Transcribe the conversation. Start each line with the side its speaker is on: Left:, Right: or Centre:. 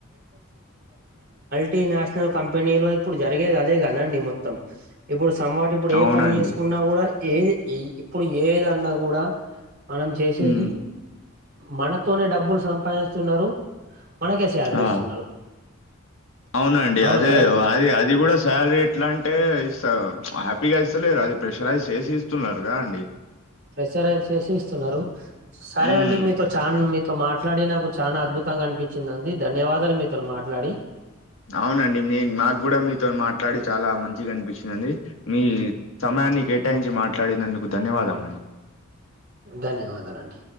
Right: టి నేషనల్ కంపెనీలో ఇప్పుడు జరిగేది అదే కదండి మొత్తం ఇప్పుడు సమ్ వాట్ ఇప్పుడు ఏ
Left: అవునండి
Right: పని చేసుకున్నా కూడా ఏది ఇ ఇప్పుడు ఏదన్నా కూడా మనం చేసేది
Left: ఉమ్
Right: మనతోనే డబ్బులు సంపాదిస్తున్నారు మనకే శాలరీ
Left: ఆ
Right: ఇస్తున్నారు
Left: అవునండి
Right: అవును
Left: అదే
Right: కదా అండి
Left: అది అది కూడా శాలరీ ఎట్లా అంటే స ప్పిగా ఇస్తలేరు అది ప్రెషరైజ్ చేసి ఇస్తున్నారుగా అండి
Right: ప్రెషరైజ్ చేసి ఇస్తున్నారు సరే
Left: ఉమ్
Right: అండి మీతో చా మీతో మాట్లాడి నాకు చానా అద్భుతంగా అనిపించింది అండి ధన్యవాదాలు మీతోని మాట్లాడి
Left: అవునండి మీ నాకు కూడా మీతోని మాట్లాడి చాలా మంచిగా అనిపించిందండి మీ సమయాన్ని కేటాయించి మాట్లాడినందుకు ధన్యవాదం అండి
Right: ధన్యవాదాలండి